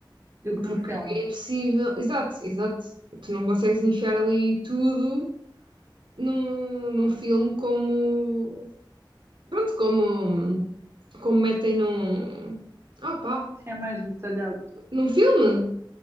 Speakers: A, on the right; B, on the right.
A: do que no
B: Porque
A: filme.
B: é impossível. Exato, exato. Tu não consegues enfiar ali tudo num, num filme como. Pronto, como, como metem num. Ah, pá!
A: Assim é mais detalhado.
B: Num filme?